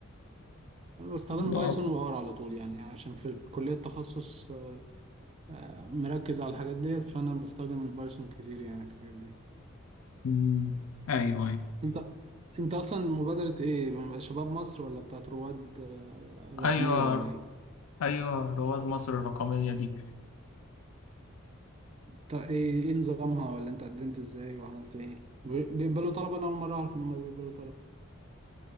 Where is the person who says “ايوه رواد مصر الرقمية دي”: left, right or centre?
Left